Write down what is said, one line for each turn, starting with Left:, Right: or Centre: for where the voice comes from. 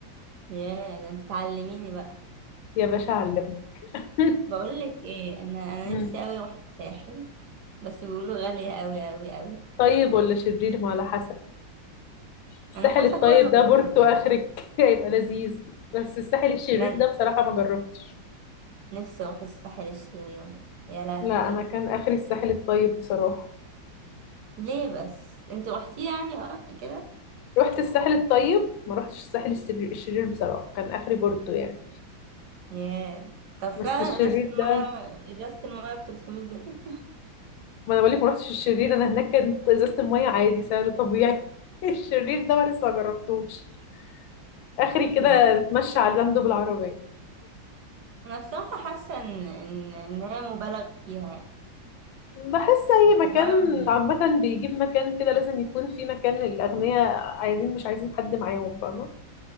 Right: ياه ده انت تعلميني بقى
Left: يا باشا علم <laughs>
Right: بقول لك ايه انا انا
Left: امم
Right: نفسي قوي اروح الساحل بس بيقولوا غالية قوي قوي قوي
Left: طيب ولا شرير ما على حسب الساحل
Right: انا حاسة
Left: الطيب
Right: كله غالي
Left: ده بورتو اخرك <laughs> هيبقى لذيذ بس الساحل الشرير
Right: لا
Left: ده بصراحه ما جربتش
Right: نفسي اروح الساحل الشرير ده يا لهوي
Left: لا انا كان اخري الساحل الطيب بصراحه
Right: ليه بس انت روحتي يعني اه كده
Left: رحت الساحل الطيب ما رحتش الساحل الشرير الشرير بصراحه كان اخري بورتو يعني
Right: ياه طب فعلا
Left: بس الشرير
Right: ازازة المية
Left: ده
Right: ازازة المية ب 300 جنيه
Left: ما انا بقولك ما رحتش الشرير انا هناك كانت ازازه الميه عادي سعر طبيعي <laughs> الشرير ده انا لسه ما جربتوش اخري كده
Right: <laughs> ياه
Left: اتمشى على اللاندو بالعربيه
Right: انا بصراحة حاسة ان ان إن هي مبالغ فيها يعني
Left: بحس اي
Right: بس
Left: مكان
Right: عموماً يعني.
Left: عامه بيجيب مكان كده لازم يكون في مكان الاغنياء عايزين مش عايزين حد معاهم فاهمه